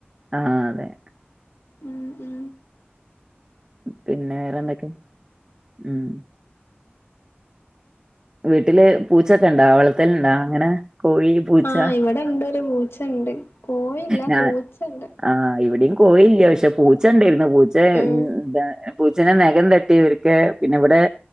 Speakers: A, on the right; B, on the left.
A: ആഹ് അതെ
B: ഉം ഉ
A: പിന്നെ വേറെ എന്തൊക്കെ ഉം വീട്ടില് പൂച്ചൊക്ക ഇണ്ടാ വളൽത്തല്ണ്ടാ അങ്ങനെ കോഴി, പൂച്ച
B: ആഹ് ഇവിടെ ഇണ്ട് ഒരു പൂച്ചണ്ട് കോഴില്ല
A: ഞാൻ
B: പൂച്ചണ്ട്
A: ആ ഇവിടെയും കോയില്ല പക്ഷെ പൂച്ച ഇണ്ടേരുന്നു പൂച്ചെ
B: ആഹ്
A: ന്താ പൂച്ചനെ നഖം തട്ടി ഇവര്ക്ക് പിന്നെ ഇവ്ടെ